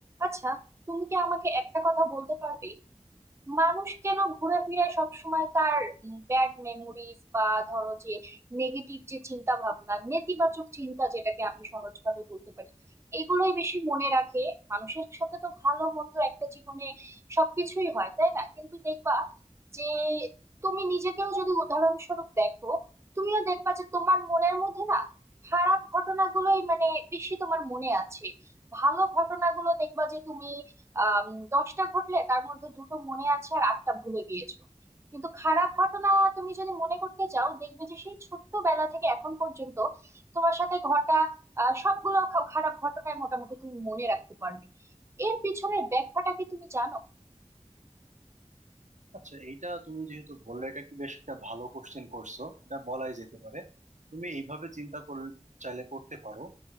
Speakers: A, on the right; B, on the right.
A: আচ্ছা তুমি কি আমাকে একটা কথা বলতে পারবে মানুষ কেন ঘোরাফেরায় সবসময় তার ব্যাড মেমোরিজ বা ধরো যে নেগেটিভ যে চিন্তা ভাবনা নেতিবাচক চিন্তা যেটাকে আমি সহজভাবে বলতে পারি এগুলোই বেশি মনে রাখে মানুষের সাথে তো ভালো মন্দ একটা জীবনে সবকিছুই হয় তাই না কিন্তু দেখবা যে তুমি নিজেকেও যদি উদাহরণস্বরূপ দেখো তুমিও দেখবা যে তোমার মনের মধ্যে না খারাপ ঘটনাগুলোই মানে বেশি তোমার মনে আছে ভালো ঘটনাগুলো দেখবা যে তুমি আম, দশটা ঘটলে তার মধ্যে দুটো মনে আছে আর আটটা ভুলে গিয়েছো কিন্তু খারাপ ঘটনা তুমি যদি মনে করতে চাও দেখবে যে সেই ছোট্টবেলা থেকে এখন পর্যন্ত তোমার সাথে ঘটা আহ, সবগুলো খা- খারাপ ঘটনায় মোটামুটি তুমি মনে রাখতে পারবে এর পিছনের ব্যাখ্যাটা কি তুমি জানো
B: আচ্ছা এইটা তুমি যেহেতু বললে এটা কি বেশ একটা ভালো কোশ্চেন করছো এটা বলাই যেতে পারে তুমি এইভাবে চিন্তা করলে চাইলে করতে পারো